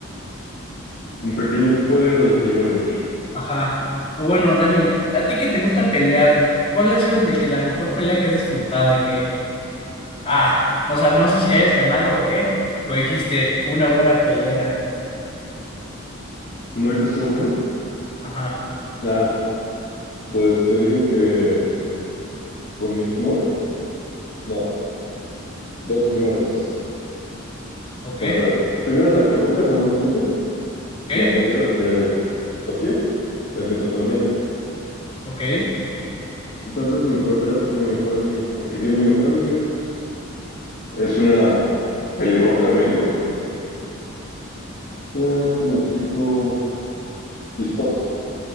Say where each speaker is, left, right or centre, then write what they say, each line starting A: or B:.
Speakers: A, on the left (about 40°); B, on the left (about 25°).
A: Un pequeño spoiler de lo que iba a venir.
B: Ajá. Pero bueno, Dani, a ti que te gusta pelear, ¿cuál ha sido de que la mejor pelea que has disfrutado? De que, ah, o sea, no sé si hayas ganado o qué, pero dijiste, fue una buena pelea.
A: ¿Tu muerte estuvo buena?
B: Ajá,
A: Ah, pues te digo que con mi exmorra, no, dos exmorras.
B: ok,
A: Bueno, espérame. Primero es la de Toluca, es la más reciente.
B: ok,
A: La anterior, eh, Sofía, es mitad colombiana.
B: ok,
A: Entonces mi peor pelea fue por mi mejor amiga, porque vio a mi mejor amiga, pues Es una pelirroja medio, ah, ¿cómo lo explico? Vistosa.